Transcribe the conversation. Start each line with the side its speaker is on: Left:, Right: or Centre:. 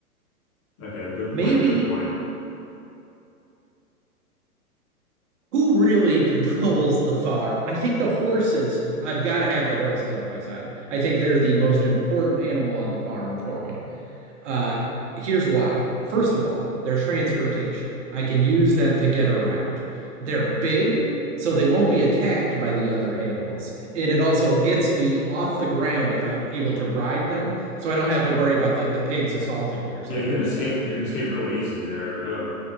Left: Okay, good point.
Right: Maybe
Left: Good point.
Right: who really <laughs> controls the farm? I think the horses, I've got to have the horses on my side. I think they're the most important animal on the farm for me. Uh, here's why. First of all, their transportation. I can use them to get around. They're big, so they won't be attacked by the other animals. And it also gets me off the ground if I'm able to ride them, so I don't have to worry about like the pigs assaulting me or something
Left: Yeah, you can
Right: like
Left: escape.
Right: that.
Left: You can escape really easy there. Yeah.